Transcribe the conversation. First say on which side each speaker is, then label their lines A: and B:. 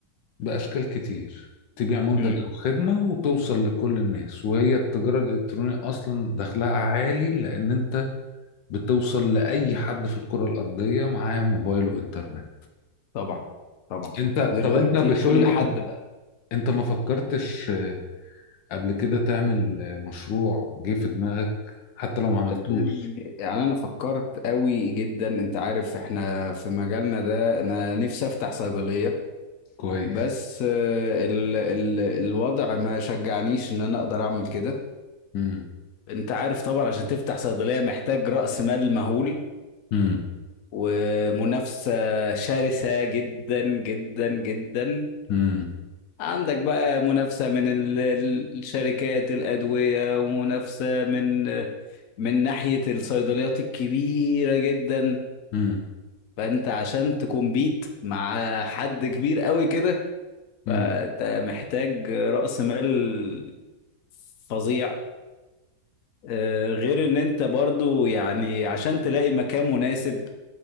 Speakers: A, on the left; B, on the left.
A: بأشكال كتير تبيع منتج
B: امم
A: أو خدمة وتوصل لكل الناس وهي التجارة الإلكترونية أصلا دخلها عالي لأن أنت بتوصل لأي حد في الكرة الأرضية معاه موبايل وإنترنت
B: طبعا طبعا
A: انت
B: دلوقتي
A: طب انت بشوي
B: كل
A: ما
B: حد
A: فك...
B: بقى
A: انت ما فكرتش آه، قبل كده تعمل آه، مشروع جه في دماغك حتى لو ما عملتوش
B: صدقني يعني انا فكرت قوي جدا انت عارف احنا في مجالنا ده انا نفسي افتح صيدلية
A: كويس
B: بس آه، ال ال الوضع ما شجعنيش ان انا اقدر اعمل كده
A: امم
B: انت عارف طبعا عشان تفتح صيدلية محتاج رأس مال مهول
A: امم
B: ومنافسة شرسة جدا جدا جدا
A: امم
B: عندك بقى منافسة من ال- ال- الشركات الأدوية ومنافسة من من ناحية الصيدليات الكبيرة جدا
A: امم
B: فأنت عشان تكمبيت مع حد كبير قوي كده فأنت
A: امم
B: محتاج رأس مال فظيع آه، غير إن أنت برضو يعني عشان تلاقي مكان مناسب